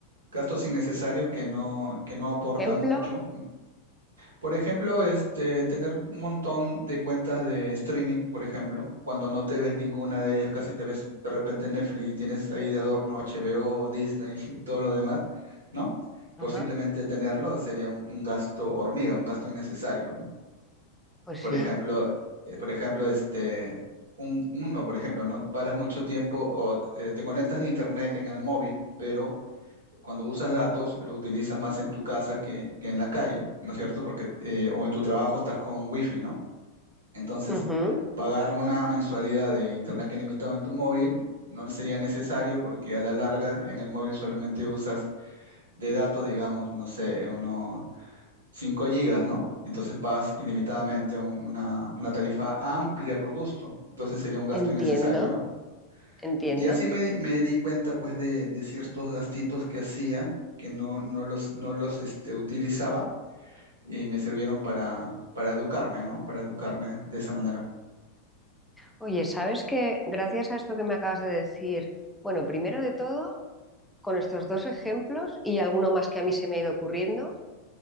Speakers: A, on the right; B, in the centre.
A: Gastos innecesarios que no, que no aportan
B: ¿Ejemplo?
A: mucho Por ejemplo, este, tener un montón de cuentas de streaming, por ejemplo, cuando no te ves ninguna de ellas, casi te ves de repente Netflix y tienes ahí de adorno HBO, Disney <laughs> y todo lo demás, ¿no?
B: Ajá,
A: Por simplemente tenerlo sería un, un gasto hormiga, un gasto innecesario, ¿no?
B: pues
A: Por
B: sí.
A: ejemplo, eh, por ejemplo, este, un, uno, por ejemplo, ¿no? Paras mucho tiempo o eh, te conectas de internet en el móvil, pero cuando usas datos, lo utilizas más en tu casa que, que en la calle, ¿no es cierto? Porque, eh, o en tu trabajo estás con wifi, ¿no? Entonces,
B: Ujú,
A: pagar una mensualidad de internet ilimitado en tu móvil no sería necesario porque a la larga en el móvil solamente usas de datos, digamos, no sé, unos 5 gigas, ¿no? Entonces pagas ilimitadamente un- una, una tarifa amplia por gusto. Entonces sería un gasto
B: Entiendo,
A: innecesario, ¿no?
B: entiendo.
A: Y así me, me di cuenta pues de, de ciertos gastitos que hacía, que no, no los, no los este, utilizaba y me sirvieron para, para educarme, ¿no? Para educarme de esa manera.
B: Oye, ¿sabes que Gracias a esto que me acabas de decir, bueno, primero de todo, con estos dos ejemplos y alguno más que a mí se me ha ido ocurriendo,